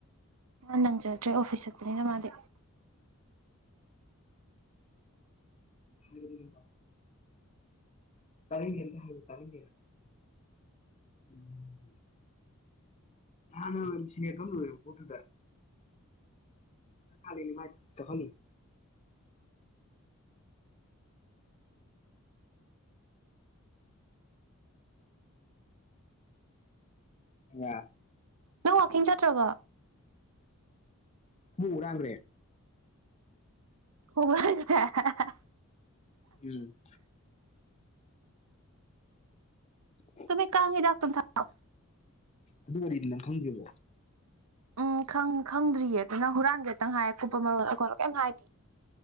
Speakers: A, on the right; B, on the left.
A: ꯅꯪꯖꯗ꯭ꯔꯦ ꯑꯣꯐꯤꯁ ꯆꯠꯄꯅꯤꯅ ꯃꯥꯗꯤ
B: ꯎꯝ ꯇꯔꯦꯡꯒꯦꯦꯟ꯭ꯔ ꯍꯥꯏꯨ ꯇꯔꯦꯡꯒꯦꯔ <inaudible> ꯎꯝ <inaudible> ꯍꯥꯟꯅ ꯁꯦꯝꯕ ꯂꯣꯢꯔꯥ ꯄꯣꯠꯇꯨꯗꯥ <unintelligible> <unintelligible>
A: ꯅꯪ ꯋꯥꯀꯤꯡ ꯆꯠꯇ꯭ꯔꯕꯣ
B: ꯍꯨꯔꯥꯟꯈꯔꯦ
A: <unintelligible>
B: ꯎꯝ <unintelligible>
A: ꯇꯣꯝꯕꯤ ꯀꯥꯡ ꯃꯤꯗꯥꯛꯇꯣ ꯑꯝ ꯊꯥꯔꯛꯑꯣ
B: ꯑꯗꯨ ꯋꯥꯔꯤꯗꯣ ꯅꯪ ꯈꯪꯗ꯭ꯔꯤꯕꯣ
A: ꯎꯝ ꯈꯪ ꯈꯪꯗ꯭ꯔꯤꯌꯦ ꯑꯗꯨꯅ ꯍꯨꯔꯥꯟꯦꯒꯦꯇꯪ ꯍꯥꯏ ꯑꯀꯨꯞꯄ ꯃꯔꯣꯜ ꯑꯩꯈꯣꯗ ꯀꯩꯝ ꯍꯥꯏꯗꯤꯌꯦ